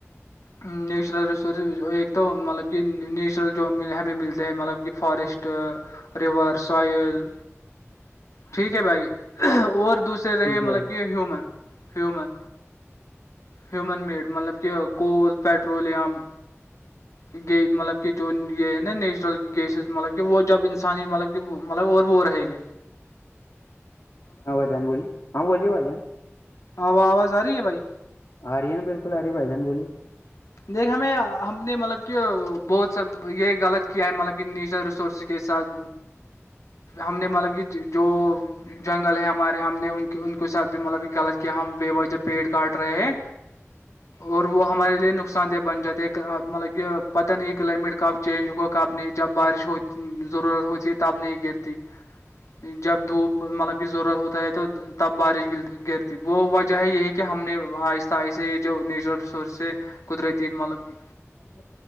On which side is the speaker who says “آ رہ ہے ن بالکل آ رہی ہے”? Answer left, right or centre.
Left